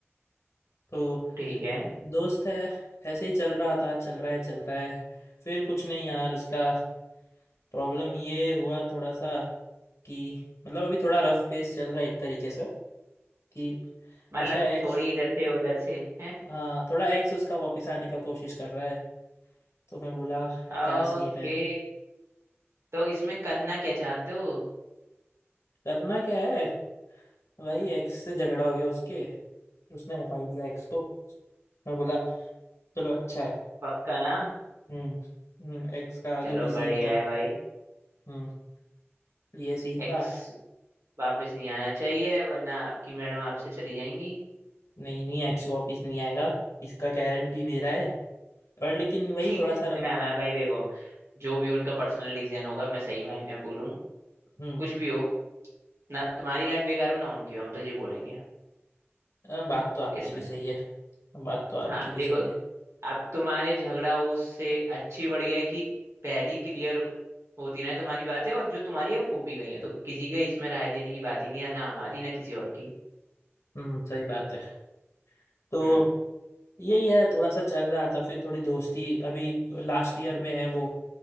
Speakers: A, on the left; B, on the right.
A: तो
B: ठीक है
A: दोस्त है ऐसे ही चल रहा था चल रहा है चल रहा है फिर कुछ नहीं यार उसका प्रॉब्लम ये हुआ थोड़ा सा कि मतलब अभी थोड़ा रफ पेस चल रहा है एक तरीके से कि
B: मतलब
A: उसका एक्स
B: थोड़ी इधर से उधर से है
A: हाँ थोड़ा एक्स उसका वापस आने का कोशिश कर रहा है तो मैं बोला
B: ओके
A: क्या सीन है
B: तो इसमें करना क्या चाहते हो
A: करना क्या है भाई एक्स से झगड़ा हो गया उसके उसने हटा ही दिया एक्स को मैं बोला चलो अच्छा है
B: पक्का ना
A: हम्म एक्स का जो
B: चलो
A: भी
B: बढ़िया
A: सीन था
B: है भाई
A: हम्म ये सीन
B: एक्स
A: था
B: वापस नहीं आना चाहिए वरना आपकी मैडम आपसे चली जाएंगी
A: नहीं नहीं एक्स वापिस नहीं आएगा इसका गारंटी मेरा है और लेकिन वही
B: <laughs>
A: थोड़ा सा रम-
B: ना ना भाई देखो जो भी उनका पर्सनल डिसीजन होगा मैं सही मायने में बोलूँ
A: हम्म
B: कुछ भी हो ना तुम्हारी लाइफ बेकार हो ना उनकी हो हम तो ये बोलेंगे
A: अ, बात तो आपकी
B: इसमें
A: भी सही है बात तो आपकी
B: हाँ
A: भी
B: देखो
A: सही है
B: अब तुम्हारे झगड़ा उससे अच्छी बढ़िया है कि पहली क्लियर होती रहे तुम्हारी बातें और जो तुम्हारी अब हो भी गई है तो किसी के इसमें राय देने की बात ही नहीं है ना हमारी ना किसी और की
A: हम्म सही बात है तो
B: हम्म
A: यही है थोड़ा सा चल रहा था फिर थोड़ी दोस्ती अभी लास्ट ईयर में है वो